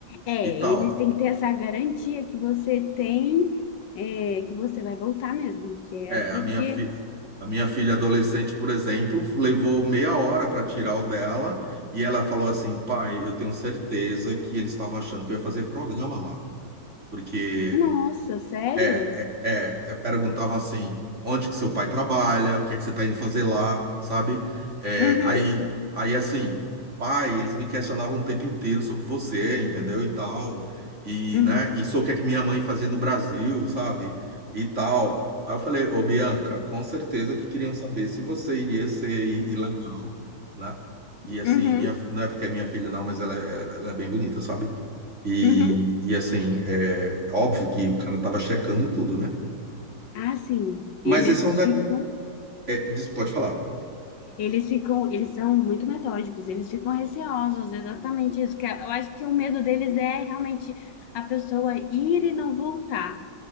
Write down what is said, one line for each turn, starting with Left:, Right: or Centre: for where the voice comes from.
Left: É,
Right: E tal.
Left: eles têm que ter essa garantia que você tem, é, que você vai voltar mesmo, que é
Right: É,
Left: essa
Right: a minha,
Left: que.
Right: fi a minha filha adolescente, por exemplo, levou meia hora para tirar o dela e ela falou assim, pai, eu tenho certeza que eles estavam achando que eu ia fazer programa lá. Porque
Left: Nossa, sério?
Right: é, é, é, é, perguntavam assim, onde que seu pai trabalha, o que é que você tá indo fazer lá, sabe? É,
Left: Uhum.
Right: aí, aí assim, pai, eles me questionavam o tempo inteiro sobre você, entendeu? E tal. E,
Left: Uhum,
Right: né, e sobre o que é que minha mãe fazia no Brasil, sabe? E tal. Aí eu falei, ô Bianca, com certeza que queriam saber se você iria ser i- ilegal, né? E assim,
Left: uhum,
Right: minha, não é porque é minha filha, não, mas ela, é- ela é bem bonita, sabe? E,
Left: uhum.
Right: e assim, é óbvio que o cara tava checando tudo, né?
Left: Ah, sim.
Right: Mas
Left: Eles
Right: esse é um de...
Left: ficam,
Right: é, diz- pode falar.
Left: eles ficam, eles são muito metódicos, eles ficam receosos, exatamente isso. Que é- eu acho que o medo deles é realmente a pessoa ir e não voltar.